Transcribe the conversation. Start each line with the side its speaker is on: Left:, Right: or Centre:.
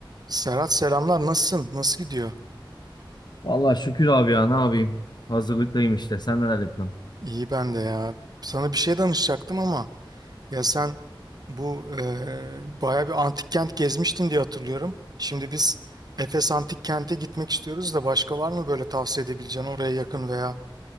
Right: Serhat selamlar nasılsın? Nasıl gidiyor?
Left: Vallahi şükür abi ya ne yapayım? Hazırlıktayım işte. Sen neler yapıyorsun?
Right: İyi ben de ya. Sana bir şey danışacaktım ama ya sen bu eee baya bir antik kent gezmiştin diye hatırlıyorum. Şimdi biz Efes Antik Kent'e gitmek istiyoruz da başka var mı böyle tavsiye edebileceğin oraya yakın veya